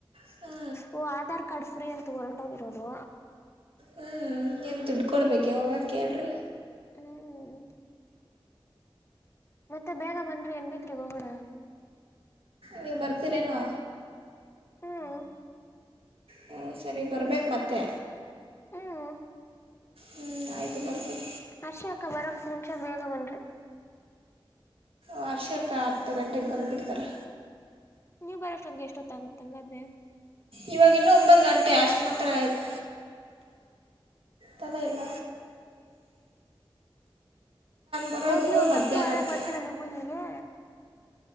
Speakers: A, on the right; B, on the left.
A: ಹ್ಞೂ
B: ಓ ಆಧಾರ್ ಕಾರ್ಡ್ ಫ್ರೀ ಅಂತ ಹೊರಟೋಗಿರೋದು
A: ಹ್ಮಞ ಏನ್ ದುಡ್ಡು ಕೊೊಡ್ಬೇಕು ಇವಾಗ ಕೇಳ್ರಿ
B: ಹ್ಮ್್ಮ ಮತ್ತೆ ಬೇಗ ಬನ್್ರಿ ಏನ್ಬಿತ್್ರಿ ಹೋಗೋಣ
A: ನೀವು ಬರ್ತೀರೇನೋ
B: ಹ್ಮ್
A: ಹಞ ಸರಿ ಬರ್ಬೇಕು ಮತ್ತೆ
B: ಹ್ಮ್
A: ಹ್ಮ್ ಆಯ್ತು ಬರ್ತೀನಿ
B: ಹರ್ಷಿಯಕ್ಕ ಬರ ಮುಂಚ ಬೇಗ ಬನ್ರಿ
A: ವರ್ಷಕ್ಕೆ ಹತ್ತು ಗಂಟೆಗೆ ಬಂದು್ಬಿಡ್ತಾರೆ
B: ನೀವ್ ಬರೋಷ್ಟೊಂಗೆ ಎಷ್ಟೊತ್ತ ಆಾಗತ್ತ ಹಂಗಾದ್ರೆ
A: ಇವಾಗ ಇನ್ನುೂ ಒಂಬತ್ತು ಗಂಟೆ ಅಷ್ಟು ಮಾತ್ರ ಆಯ್ತು ತಲೇಲ್ಲ ಬರೋದು
B: ಹೋಗ್ಲಿ ಒಂದ್
A: ಮಧ್ಯಾಹ್ನಕ್ಕೆ
B: ಹತ್ತುವರೆಗ್ ಬರ್ತೀರಾ ನೀವು ಇಲ್ಗೆ